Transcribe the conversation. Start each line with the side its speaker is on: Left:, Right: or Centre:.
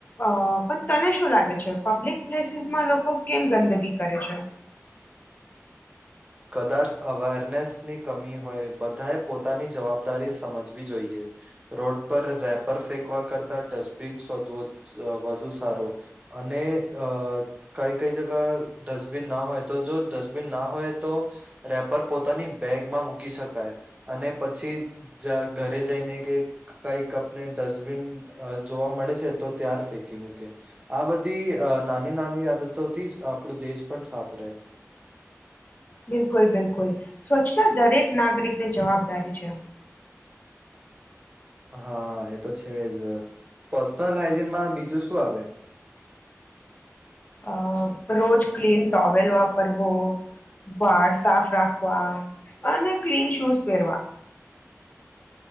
Left: અ પણ તને શું લાગે છે પબ્લિક પ્લેસીસમાં લોકો કેમ ગંદગી કરે છે
Right: કદાચ અવેરનેસની કમી હોય બધાએ પોતાની જવાબદારી સમજવી જોઈએ. રોડ પર રેપર ફેંકવા કરતા ડસ્ટબિન શોધવો વધુ સારો. અને અ કઈ કઈ જગ ડસ્ટબિન ના હોય તો જો ડસ્ટબિન ના હોય તો રેપર પોતાની બેગમાં મૂકી શકાય અને પછી જ ઘરે જઈને કે કઈકપને ડસ્ટબિન જોવા મળે છે તો ત્યાર ફેંકી મૂકે. આ બધી નાની નાની આદતોથી જ આપણું દેશ પણ સાફ રહે.
Left: બિલકુલ બિલકુલ સ્વચ્છતા દરેક નાગરિક ની જવાબદારી છે.
Right: હા એ તો છે જ પર્સનલ હાઈજીનમાં બીજું શું આવે? <inaudible> <unintelligible>
Left: અ રોજ ક્લીન ટોવલ વાપરવો. વાળ સાફ રાખવા અને ક્લીન શૂઝ પહેરવા